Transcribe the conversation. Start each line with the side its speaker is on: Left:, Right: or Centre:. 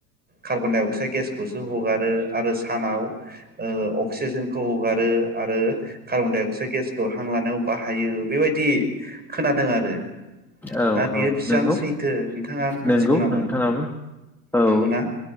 Right: कार्बन-डाइ-अक्साइद गेस खौसो हगारो आरो सानाव ओ अक्सिजेन खौ हगारो आरो कार्बन-डाइ-अक्साइद गेसखौ हां लानायाव बाहायो बेबायदि खोनादों आरो।
Centre: औ
Right: दा बियो
Centre: औ
Right: बेसेबां
Centre: नंगौ
Right: सैथो नोंथाङा मोनथिगौ
Centre: नंगौ
Right: नामा
Centre: नोंथाङाबो औ
Right: नंगौना